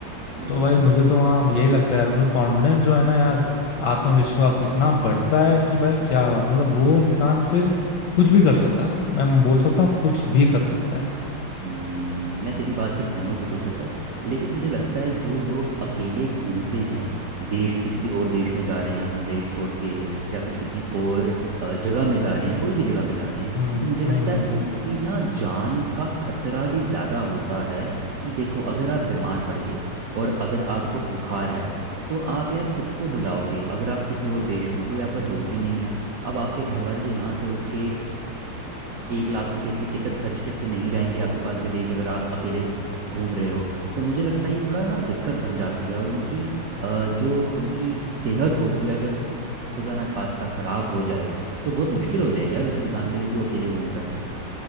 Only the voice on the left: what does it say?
तो भाई मुझे तो वहाँ यही लगता है यार मतलब कॉन्फिडेंस जो है ना यार आत्मविश्वास इतना बढ़ता है कि भाई क्या बात मतलब वो इंसान फिर कुछ भी कर सकता है मतलब मैं बोल सकता हूँ कुछ भी कर सकता है
हम्म
हम्म
हम्म
हम्म